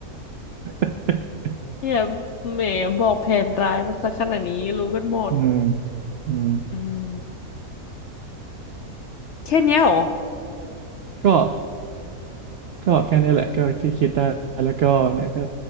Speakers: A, on the right; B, on the left.
A: <laughs>
B: เนี่ยแหมบอกแผนร้ายมันซะขนาดนี้รู้กันหมด
A: อืมอืม
B: อืมแค่เนี้ยเหรอ
A: ก็ ก็แค่นี้แหละก็ที่คิดได้แล้วก็เนี่ยก็